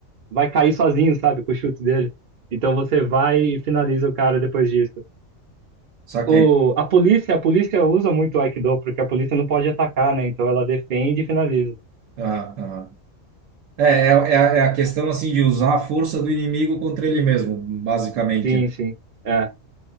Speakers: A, on the right; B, on the right.
A: vai cair sozinho, sabe, com o chute dele. Então você vai e finaliza o cara depois disso.
B: Só
A: O,
B: que
A: a polícia, a polícia usa muito o Aikido, porque a polícia não pode atacar, né? Então ela defende e finaliza.
B: Ah, ah. É, é, é a é a questão assim de usar a força do inimigo contra ele mesmo, basicamente,
A: Sim,
B: né?
A: sim. É,